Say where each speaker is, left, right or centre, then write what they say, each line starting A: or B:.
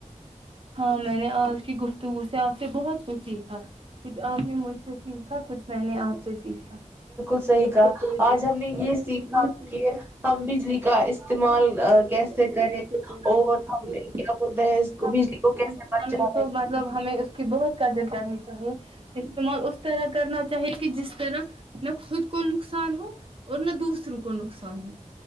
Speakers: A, on the right (about 45°); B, on the right (about 15°).
A: ہاں میں نے آج کی گفتگو سے آپ سے بہت کچھ سیکھا کچھ آپ نے مجھ سے سیکھا کچھ میں نے آپ سے سیکھا بالکل
B: صحیح کہا
A: صحیح
B: آج
A: ہے
B: ہم نے
A: آج ہم
B: سیکھا
A: نے یہ سیکھا
B: کہ ہم
A: کہ بجلی
B: کا استعمال
A: کا استعمال
B: آ، کیسے کریں
A: کیسے کریں
B: اور ہم کیا بولتے ہیں اس کو
A: ہمیں
B: بجلی کو کیسے بچا
A: تو مطلب ہمیں اس کی بہت قدر کرنی چاہیے استعمال طرح کرنا چاہیے کہ جس طرح نہ خود کو نقصان ہو اور نہ دوسروں کو نقصان ہو